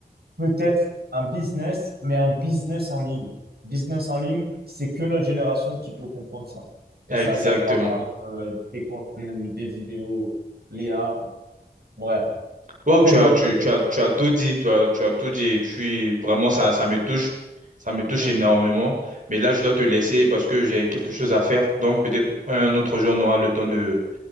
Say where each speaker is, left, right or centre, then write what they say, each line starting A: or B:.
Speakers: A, on the right; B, on the right.
A: peut-être un business, mais un business en ligne. Business en ligne, c'est que notre génération qui peut comprendre ça. Et
B: Exactement.
A: ça, ça va des contenus, des vidéos, l'IA, bref,
B: Wow,
A: tellement
B: tu as,
A: de
B: tu,
A: choses.
B: tu as, tu as tout dit, tu as, tu as tout dit. Et puis, vraiment, ça, ça me touche. Ça me touche
A: Mm.
B: énormément. Mais là, je dois te laisser parce que j'ai quelque chose à faire. Donc, peut-être un autre jour, on aura le temps de,